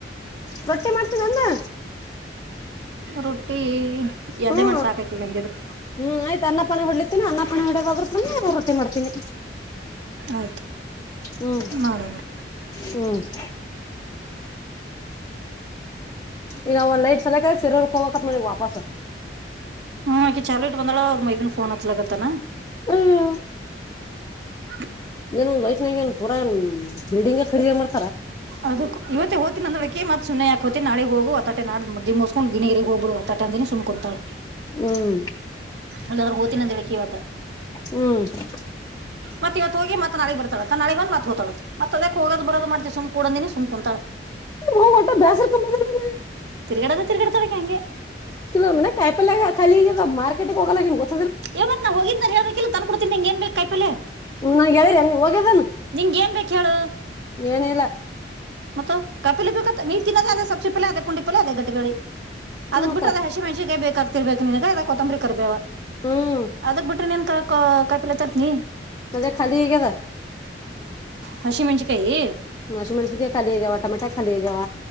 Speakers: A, on the left; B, on the right.
A: ರೊಟ್ಟಿ ಮಾಡ್ತನಿ ಅನ್ನು
B: ರೊಟ್ಟಿ ಎಡ್ಡೆ
A: ಹ್ಮು
B: ಮಾಡಿ ಸಾಕಾಕಿಗೆ ಹಂಗಿದ್ರು
A: ಹ್ಮು ಆಯ್ತ ಅನ್ನ ಪಲ್ಯ ಹೋಡ್ಲೆತೇನ್ ಅನ್ನ ಪಲ್ಯ ಹೊಡೆದ ಒಳ್ಳಗೇ ರೊಟ್ಟಿ ರೊಟ್ಟಿ ಮಾಡ್ತೀನಿ.
B: ಆಯ್ತು
A: ಹ್ಮ್ಮ್
B: ಮಾಡಂದ್ರ
A: ಹ್ಮ್ಮ್ ಈಗ ಒಲೈಟ್ ಸಲಕ ಸಿರೋರ್ ಹೋಗಬೇಕತ್ತ್ ಮತ್ತೆ ವಾಪಾಸ್.
B: ಹ್ಮ್ ಆಕಿ ಚಲೋ ಇಟ್ಕೊಂಡಾಳ್ ಅವ್ರ ಮೈದನ್ ಫೋನ್ ಹಚ್ಚಲಾಕತ್ತಾನಾ
A: ಅಯ್ಯೋ
B: ಹ
A: ಏನ್ ಒಂದ್ ಲೈಪ್ನ್ಯಾಗ ಏನ್ ಪೂರ ಏನ್ ಬಿಲ್ಡಿಂಗ್ ಖರೀದಿ ಮಾಡ
B: ಅದಕ್ ಇವತ್ತ ಹೋಯ್ತಿನ್ ಅಂದಳಕ್ಕಿ ಮತ್ತ್ ಸುಮ್ಮನೆ ಯಾಕ್ ಹೋತಿ ನಾಳೆ ಹೋಗು ವಾತಾಟೆ ನಾಡದ್ ಮದುವಿ ಮಗಸ್ಕೊಂಡು ಗಿನಿಗೇರಿಗೆ ಹೋಗಬಿಡು ವಾತಾಟೆ ಅಂದಿನ ಸುಮ್ ಕುಂತಾಳ.
A: ಹ್ಮು
B: ಅಲ್ಲಂದ್ರ ಹೊತ್ತಿನಂದಿಳ್ ಅಕ್ಕಿ ಇವತ್ತ್.
A: ಹ್ಮ್
B: ಮತ್ತ್ ಇವತ್ತ ಹೋಗಿ ಮತ್ತ್ ನಾಳಿಗಿ ಬರ್ತಾಳ ತನ್ನ ನಳೆಗೆ ಬಂದ್ ಮತ್ತ್ ಹೋಗ್ತಾಳ್ ಅಂತ ಮತ್ತ್ ಅವ್ಯಾಕ್ ಹೋಗೋದು ಬರೋದು ಮಾಡ್ತಿ ಸುಮ್ ಕುಡೋಂದಿನ ಸುಮ್ ಕೂಡ ಅಂದಿನಿ ಸುಮ್ ಕುಂತಾಳ್.
A: <unintelligible> ಬ್ಯಾಸರಕಿ ಬಂದತ್ತಿ ಇಲ್ಲಿ.
B: ತಿರ್ಗಯಾಡೋದ್ ತಿರ್ಗಯಾಡ್ತಾಳ್ ಅಕ್ಕಿ ಹಂಗೆ.
A: <unintelligible> ಕಾಯಿಪಲ್ಯಾಗ್ ಖಾಲಿ ಆಗಿದಾವ್ ಮಾರ್ಕೆಟ್ ಹೋಗಲ್ಲ <unintelligible>
B: ಇವತ್ ನಾ ಹೋಗಿದ್ನ ಹೇಳ್ಬೇಕ ಇಲ್ಲ ತಂದ ಕೊಡ್ತೀದ್ನಿ ನಿಂಗ ಏನ್ ಬೇಕ್ ಕಾಯಿಪಲ್ಲೆ.
A: ಹ್ಮ್ ನಾ ಹೇಳಿರಿ ಹಂಗ ಹೋಗ್ಯದನ
B: ನಿಂಗ್ ಏನ್ ಬೇಕ್ ಹೇಳು
A: ಏನ ಇಲ್ಲ
B: ಮತ್ತ ಕಾಯಿಪಲ್ಲೇ ಬೇಕತ್ತ ನೀ ತಿನ್ನದ ಅದ ಸಬ್ಸಿ ಪಲ್ಯ ಅದೆ ಪುಂಡಿ ಪಲ್ಯ ಅದೆ ಗಡ್ಡೇ ಬೇಳೆ. ಅದಕ್
A: ಹ್ಮ್ ಮತ್ತ
B: ಬಿಟ್ರದ ಹಸೆಮೆಣಸಿಕಾಯ ಬೇಕಾಗ್ತಿರ್ಬೇಕ ನಿನಗ್ ಅದಕ್ಕ ಕೊತ್ತಂಬರಿ, ಕರ್ಬೇವ
A: ಹ್ಮ್
B: ಅದಕ್ ಬಿಟ್ರ ನಿಂತೇಕ ಕಾಯಿಪಿಲ್ಲೆ ತರ್ತಿ.
A: ಅದೇ ಖಾಲಿ ಆಗ್ಯದ.
B: ಹಸಿ ಮೆನ್ಸಿಕಾಯಿ.
A: ಹಸಿಮೆಣಸಿನ್ಕಾಯಿ ಖಾಲಿ ಆಗ್ಯಾವ ಟಮೆಟೊ ಖಾಲಿ ಆಗ್ಯಾವ.